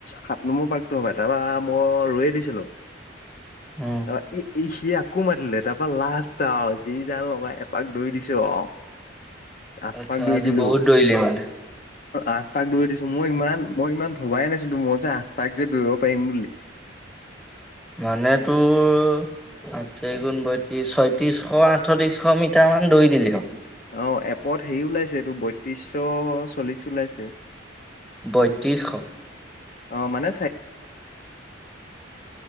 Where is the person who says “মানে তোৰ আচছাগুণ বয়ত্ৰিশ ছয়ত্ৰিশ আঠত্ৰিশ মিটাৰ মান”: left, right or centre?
Centre